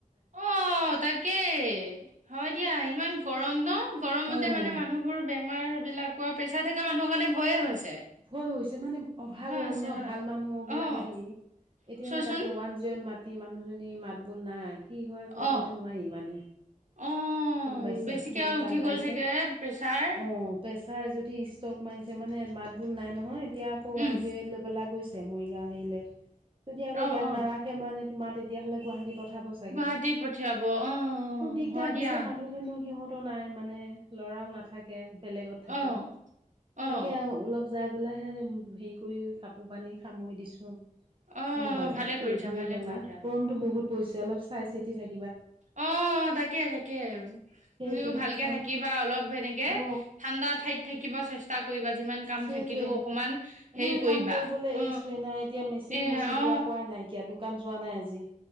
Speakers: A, on the right (about 60°); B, on the right (about 40°).
A: অ তাকেই হয় দিয়া ইমান গৰম ন। গৰমতে
B: অ',
A: মানে মানুহবোৰ বেমাৰ বিলাক প্ৰেছাৰ থকা মানুহৰ কাৰণে ভয়ে হৈছে।
B: ভয় হৈছে মানে অভাৰ
A: হয়
B: গৰম
A: হৈছে,
B: ন
A: হয়,
B: ভাল মানুহ
A: অ',
B: বিলাকে হেৰি। এতিয়াহে
A: চোৱাচোন।
B: তাকে ওৱান জিৱান মাতি মানুহজনী মাত বুল নাই। কি হয়
A: অ',
B: ক'বলৈ নোৱাৰি মানে।
A: অ',
B: গম পাইছা
A: বেছিকে
B: বহুত
A: উঠি
B: টান
A: গ'ল
B: পাইছে
A: চাগে প্ৰেছাৰ,
B: অ প্ৰেছাৰ যদি ষ্টক। মাৰিছে মানে মাত বোল নাই নহয় এতিয়া আকৌ
A: উম,
B: ওৱান জিৰ' এইট লৈ পেলাই গৈছে মৰিগাঁও হেৰিলৈ। যদি আকৌ
A: অ',
B: ইয়াত
A: অ',
B: নাৰাখে মানে তোমাৰ তেতিয়া হ'লে গুৱাহাটীত। পঠাব চাগে
A: গুৱাহাটী পঠিয়াব, অ',
B: আৰু দিগদাৰ
A: হয় দিয়া,
B: হৈছে মানুহজনক। সিহঁতো নাই মানে ল'ৰাও নাথাকে বেলেগত থাকে
A: অ', অ',
B: তাকে অলপ। যাই পেলাইহে হেৰি কৰি কাপোৰ কানি সামৰি দিছো।
A: অ',
B: গম পালা
A: ভালে
B: কৰি
A: কৰিছা,
B: ধৰি
A: ভালে
B: পালা
A: কৰিছা,
B: গৰমতটো বহুত পৰিছে অলপ চাই চিতি থাকি।
A: অ। অ তাকে তাকে
B: সেইটোৱে
A: তুমিও ভালকে
B: মানুহ
A: থাকিবা অলপ সেনেকে
B: অ
A: ঠাণ্ডা ঠাইত। থাকিব চেষ্টা কৰিবা। যিমান কাম
B: সেইটোৱে
A: থাকিলেও অকমান হেৰি
B: মানে
A: কৰিবা
B: কাম কৰিবলৈ
A: অ
B: এৰিছোঁ না নাই এতিয়া মেচিন
A: এ
B: ম চিলোৱা
A: অ
B: কৰাই নাইকিয়াতো। দুকান যোৱা নাই আজি